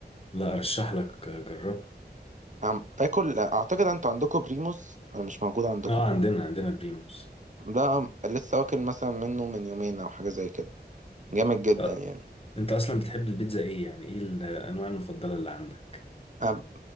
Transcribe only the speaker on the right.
عم باكل اعتقد انتوا عندكم بريموس ولا مش موجود عندكم
ده لسه واكل مثلا منه من يومين او حاجة زي كده جامد جدا
يعني
أم-